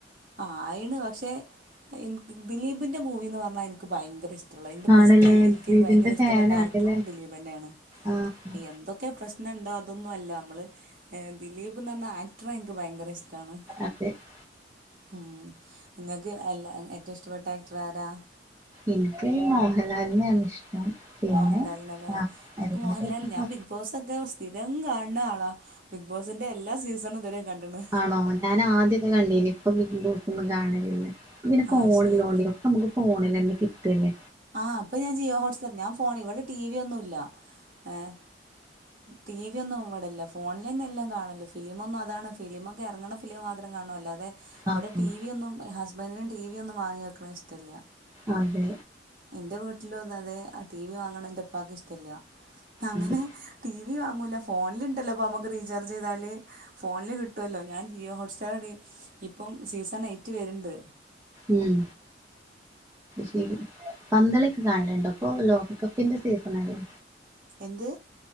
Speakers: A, on the right; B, on the right.
A: ആഹ് ആയിണ് പക്ഷേ എന ദിലീപിൻ്റെ മൂവീന്ന് പറഞ്ഞാ എൻക്ക് ഭയങ്കര ഇഷ്ട എന്റെ
B: ആണല്ലേ
A: ബെസ്റ്റ് എനിക്ക്
B: ദിലീപിന്റെ
A: ഭയങ്കര ഇഷ്ടപ്പെട്ട
B: ഫാനാണല്ലേ
A: ആക്ടറും ദിലീപന്നേണ്.
B: ആഹ്
A: എന്തൊ ക്കെ പ്രശ്ന ഇണ്ടോ അതൊന്നും അല്ല. നമ്മള് എ ദിലീപ് ന്ന്‌ പറഞ്ഞ ആക്ടറെ ഇൻക്ക് ഭയങ്കര ഇഷ് ടാണ്.
B: അതെ
A: ഉം ഇങ്ങക്ക് അല്ല ഏറ്റവും ഇഷ്ടപ്പെട്ട ആക്ടർ ആരാ
B: ഇൻക്ക് മോഹൻലാലിനെയാണ് ഇഷ്ടം പിന്നെ
A: മോഹൻലാലിനെല്ലേ.
B: ആഹ്
A: ഇൻക്ക്
B: എല്ലാരും
A: മോഹൻലാൽ
B: ഇപ്പോ
A: ഞാൻ ബിഗ് ബോസ് ഒക്കെ സ്ഥിരം കാണ് ണ ആ ബിഗ് ബോസിന്റെ എല്ലാ സീസണും ഇതുവരെയും കണ്ട്ണ്.
B: ആണോ. ഞാൻ ആദ്യക്കെ കണ്ടീനി. ഇപ്പൊ ബിഗ്‌ബോസോന്നും കാണലില്ല. ഇപ്പൊ പിന്നെ ഫോണുള്ളോണ്ടേ
A: ആഹ് ശരി
B: നമുക്ക് ഫോണിലന്നെ കിട്ടെന്നെ
A: ആഹ് അപ്പൊ ഞാൻ ജിയോ ഹോട്ട്സ്റ്റാർ ഞാൻ ഫോൺ ഇവിടെ ടി വി ഒന്നുല്ല ഏഹ് ടി വി ഒന്നു ഇവിട ഇല്ല. ഫോണില്ലന്നെ എല്ലാം കാണ്ണല്ല്. ഫിലിമം ഒന്നും അതാണ് ഫിലിമൊക്കെ എറങ്ങ്ണ കിലോ മാത്രം കാണൊ അല്ലാതെ ഇവടെ
B: ആഹ്
A: ടി വി ഒന്നും ഹസ്ബൻഡിനും ടി വി ഒന്നും വാങ്ങി വെക്ക്ണ ഇഷ്ടല്ല.
B: അതെ
A: ഇന്റെ വീട്ടിലു താതെ ആഹ് ടി വി വാങ്ങ്ണേ ഇന്റെ ഇപ്പാക്ക് ഇഷ്ടല്ല അങ്ങനെ
B: അതെ.
A: ടി വി വാങ്ങൂല ഫോണില്ണ്ടല്ലോ അപ്പൊ അമുക്ക് റീചാർജ് ചെയ്താല് ഫോണില് കിട്ടൊല്ലോ ഞാൻ ജിയോ ഹോട്ട്സ്റ്റാർ ഇപ്പം സീസൺ എയ്റ്റ് വര്ണ്ട്
B: ഉം ശെരി പന്തള്യക്കെ കാണല്ണ്ടൊ ഇപ്പൊ ലോകകപ്പിന്റെ സീസണെല്ലെ
A: എന്ത്